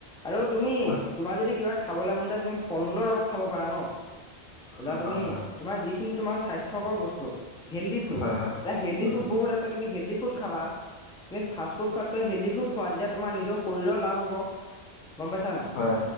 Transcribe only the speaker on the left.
হয়
উম,
হয় হয়
হয় হয়
উম
উম,
হয়